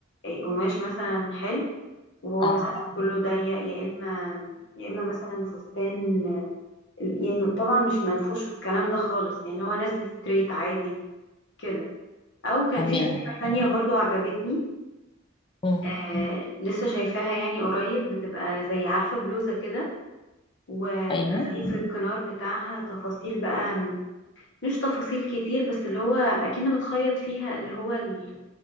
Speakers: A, on the left; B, on the left.
A: إيه، قماش مثلا حلو وهو
B: اه
A: مثلا آه. كله ضيق يا اما يا اما مثلا فستان يعني طبعا مش منفوش في الكلام ده خالص يعني هو نازل ستريت عادي كده او كان
B: تمام
A: في فكره تانية برضو عجبتني
B: مم.
A: آه لسه شايفاها يعني قريب بتبقى زي عارفه بلوزه كده و-
B: ايوه
A: وفي في الكنار بتاعها تفاصيل بقى مش تفاصيل كتير بس اللي هو اكن متخيط فيها اللي هو ال...